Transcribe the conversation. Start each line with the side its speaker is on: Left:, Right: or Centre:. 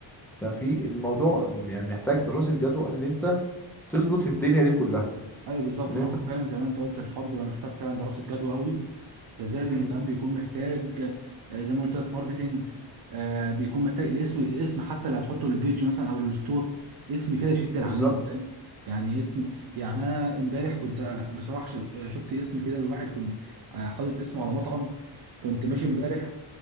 Centre: ففي الموضوع يعني محتاج دراسة جدوى ان انت تظبط الدنيا دي كلها
Right: ايوه بالظبط
Centre: ان
Right: ما
Centre: انت
Right: هو فعلا زي ما انت قلت الحوار بيبقى محتاج فعلا دراسه جدوى قوي ده زائد
Centre: امم
Right: ان كمان بيكون محتاج آه، زي ما قلت لك ماركتينج آه، بيكون محتاج الاسم الاسم حتى اللي هتحطه للبيج مثلا او للستور اسم كده يشد العميل
Centre: بالظبط
Right: فاهم يعني اسم يعني انا امبارح كنت آه، بصراحه ش- آه، شفت اسم كده لواحد كنت آه، حاطط اسمه على مطعم كنت ماشي
Centre: امم
Right: امبارح